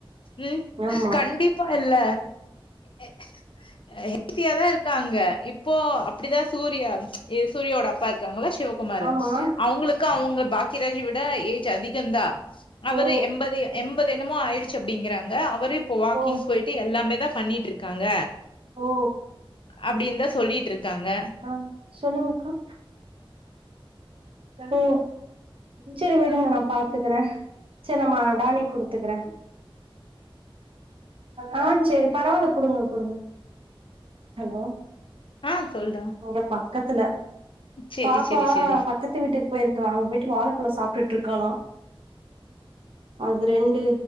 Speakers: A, on the left; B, on the right.
A: ம்
B: ஆமா
A: கண்டிப்பா இல்ல அ ஹெல்த்தியா தா இருக் காங்க இப்போ அப்டிதா சூர்யா இ சூர்யா ஒட அப்பா இருக்காங்களா சிவ குமாரு
B: ஆமா
A: அவுங்களுக்கு அவுங்க பாக்கியராஜி விட ஏஜ் அதிக தா அவ்ரு
B: ஓ
A: எம்பது எம்பது எனமோ ஆயிடுச்சு அப்டிங்கிறாங்க அவ்ரு இப்போ வாக்கிங்
B: ஓ
A: போய்ட்டு எல்லாமே தா பண்ணிட்ருக்காங்க
B: ஓ
A: அப்டின் தா சொல்லிகிட் இருக்காங்க
B: ஆ சொல்லுங்க அக்கா ஓ செரி விடுங்க நா பாத்துக்கறே செர் நம்ம டானிக் குடுத்துக்கறே ஆ சேரி பரவால்ல குடுங்க குடுங்க ஹலோ
A: அ சொல்டா
B: இங்க பக்கத்துல
A: செரி
B: பாப்பா
A: செரி செரி
B: பக் கத்து வீட்டுக் போய்ருக்கா அங்க போய்ட்டு வாழபழ சாப்டுட் இருக்கலா அது ரெண்டு